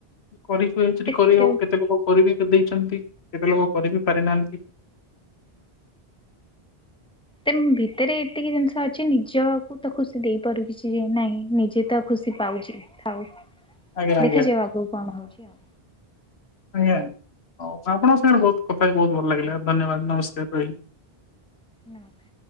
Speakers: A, on the left; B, in the centre.
A: କରିହୁଏ ଚେଟି
B: ଦେଖାଯାଉ
A: କେତେ ଲୋକ କରିବି ଦେଇଚନ୍ତି କେତେ ଲୋକ କରିିବି ପାରିନାହାନ୍ତି।
B: ତେମ୍ ଭିତରେ ଏତିକି ଜିନିଷ ଅଛ ସେ ନିଜକୁ ତ ଖୁସି ଦେଇପାରୁ କିଛି ଯେ ନାଇଁ ନିଜେ ତ ଖୁସି ପାଉଛି ଥାଉ।
A: ଆଜ୍ଞା ଆଜ୍ଞା
B: ଦେଖାଯିବ ଆଗକୁ କଣ ହଉଛି ଆଉ।
A: ଆଜ୍ଞା ଆପଣଙ୍କ ସାଙ୍ଗରେ ବହୁତ କଥା ହେଇ ବହୁତ ଭଲ ଲାଗିଲା ଧନ୍ୟବାଦ ନମସ୍କାର ରହି।
B: ନମସ୍କାର।